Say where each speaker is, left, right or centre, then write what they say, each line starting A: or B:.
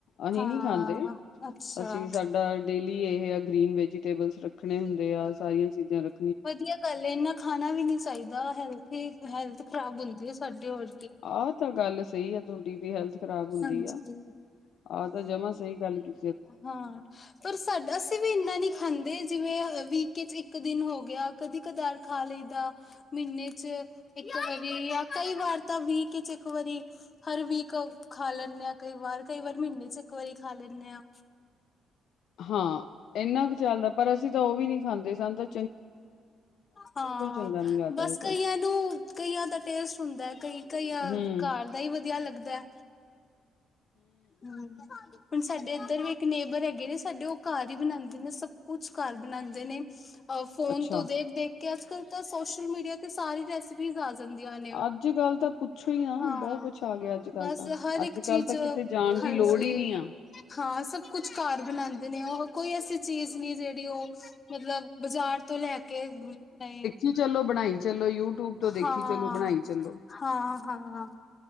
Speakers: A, on the left; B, on the left.
A: ਅਹੀ
B: ਹਾਂ
A: ਨੀ ਖਾਂਦੇ,
B: ਅੱਛਾ
A: ਅਸੀਂ ਸਾਡਾ ਡੇਲੀ ਏਹ ਹਾ ਗ੍ਰੀਨ ਵੈਜੀਟੇਬਲਸ ਰੱਖਣੇ ਹੁੰਦੇ ਆ, ਸਾਰੀਆਂ ਚੀਜ਼ਾਂ ਰੱ
B: ਵਦੀਆ ਗੱਲ ਏ, ਇੰਨਾ ਖਾਣਾ ਵੀ ਨੀ ਸਾਈਦਾ, ਹੈਲਥ ਹੀ, ਹੈਲਥ ਖ਼ਰਾਬ ਹੁੰਦੀ ਏ ਸਾਡੀ ਔਰ।
A: ਆਹ ਤਾਂ ਗੱਲ ਸਈ ਆ ਤੁਹਾਡੀ, ਵੀ ਹੈਲਥ ਖਰਾਬ
B: ਹਾਂਜੀ
A: ਹੁੰਦੀ ਆ, ਆਹ ਤਾਂ ਜਮਾ ਸਈ ਗੱਲ ਕਿ
B: ਹਾਂ, ਪਰ ਸਾਡਾ, ਅਸੀਂ ਵੀ ਇੰਨਾ ਨਈ ਖਾਂਦੇ, ਜਿਵੇਂ ਵੀਕੇ ਚ ਇੱਕ ਦਿਨ ਹੋ ਗਿਆ। ਕਦੀ ਕਦਾਰ ਖਾ ਲਈਦਾ। ਮੀਨੇ ਚ ਇੱਕ ਵਾਰੀ, ਯਾ ਕਈ ਵਾਰ ਤਾਂ ਵੀਕ ਇੱਚ ਇੱਕ ਵਾਰੀ। ਹਰ ਵੀਕ ਅ ਖਾ ਲੈਂਣੇ ਆ ਕਈ ਵਾਰ, ਕਈ ਵਾਰ ਮੀਨੇ ਚ ਇੱਕ ਵਾਰੀ ਖਾ ਲੈਂਣੇ ਆ।
A: ਹਾਂ ਏਨਾ ਕੁ ਚੱਲ, ਪਰ ਅਸੀਂ ਤਾਂ ਉਹ ਵੀ ਨਈ ਖਾਂਦੇ, ਸਾਨ ਤੇ
B: ਹਾਂ,
A: ਚੰਗਾ ਨਹੀਂ ਲੱਗਦਾ
B: ਬਸ
A: ਇਹ ਕੁਛ
B: ਕਈਆਂ ਨੂੰ, ਕਈਆਂ ਦਾ ਟੇਸਟ ਹੁੰਦਾ ਹੈ ਕਈ ਕਈ ਅ
A: ਹੂੰ
B: ਕਾਰ ਦਾ ਈ ਵਦੀਆ ਲੱਗਦਾ ਹੈ, ਹੂੰ। ਹੁਣ ਸਾਡੇ ਏਧਰ ਵੀ ਇੱਕ ਨੇਬਰ ਹੈਗੇ ਨੇ, ਸਾਡੇ ਉਹ ਕਾਰ ਈ ਬਣਾਂਦੇ ਨੇ, ਸਭ ਕੁਛ ਕਾਰ ਬਣਾਂਦੇ ਨੇ। ਅ ਫੋਨ
A: ਅੱਛਾ
B: ਤੋਂ ਦੇਖ-ਦੇਖ ਕੇ, ਅੱਜ ਕੱਲ ਤਾਂ ਸੋਸ਼ਲ ਮੀਡੀਆ ਤੇ ਸਾਰੀ ਰੈਸਿ ਪੀਸ ਆ ਜਾਂਦੀਆਂ ਨੇ,
A: ਅੱਜ ਕੱਲ ਤਾਂ ਪੁੱਛੋ ਹੀ ਨਾ
B: ਹਾਂ,
A: ਬਹੁਤ ਕੁਛ ਆ ਗਿਆ ਅੱਜ ਕੱਲ
B: ਬਸ
A: ਤਾਂ
B: ਹਰ
A: ਅੱਜ
B: ਇੱਕ
A: ਕੱਲ
B: ਚੀਜ਼,
A: ਤਾਂ ਕਿਤੇ ਜਾਣ ਦੀ
B: ਹਾਂਜੀ।
A: ਲੋੜ ਹੀ ਨਹੀਂ ਆ
B: ਹਾਂ, ਸਬ ਕੁਛ ਕਾਰ ਬਣਾਂਦੇ ਨੇ ਓਹੋ, ਕੋਈ ਐਸੀ ਚੀਜ਼ ਨਈ, ਜੇਹੜੀ ਉਹ ਮਤਲਬ ਬਾਜ਼ਾਰ ਤੋਂ ਲੈ ਕੇ <unintelligible>
A: ਚੀ ਚਲੋ, ਬਣਾਈ ਚਲੋ, ਯੂ ਟੂਬ ਤੋਂ ਦੇਖੀ
B: ਹਾਂ
A: ਚਲੋ, ਬਣਾਈ ਚੱਲੋ।
B: ਹਾਂ ਹਾਂ